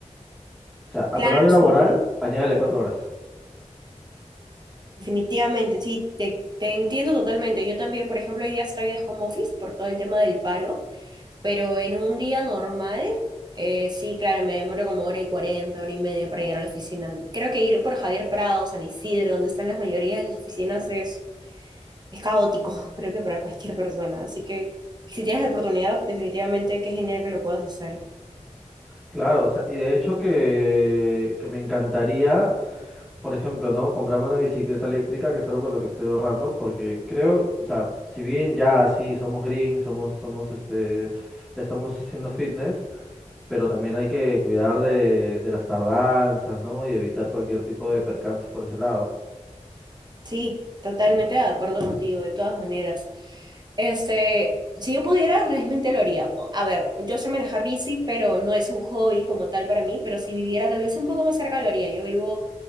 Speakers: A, in the centre; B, on the right.
A: sea, a
B: claro,
A: tu horario laboral,
B: sí.
A: añádele cuatro horas.
B: Definitivamente, sí, te, te entiendo totalmente. Yo también, por ejemplo, hoy día estoy en home office por todo el tema del paro, pero en un día normal, eh, sí, claro, me demoro como hora y cuarenta, hora y media para llegar a la oficina. Creo que ir por Javier Prado, San Isidro, donde están las mayoría de las oficinas, es, es caótico, <laughs> creo que para cualquier persona. Así que si tienes la oportunidad, definitivamente qué genial que lo puedas hacer.
A: Claro, o sea, y de hecho que, que me encantaría por ejemplo, ¿no? Comprarme una bicicleta eléctrica, que es algo por lo que estoy ahorrando, porque creo, o sea, si bien ya sí somos green, somos, somos este, estamos haciendo fitness, pero también hay que cuidar de, de las tardanzas, ¿no? Y evitar cualquier tipo de percance por ese lado.
B: Sí, totalmente de acuerdo contigo, de todas maneras. Este, si yo pudiera, realmente lo haría. O- A ver, yo sé manejar bici, pero no es un hobby como tal para mí, pero si viviera tal vez un poco más cerca, lo haría. Yo vivo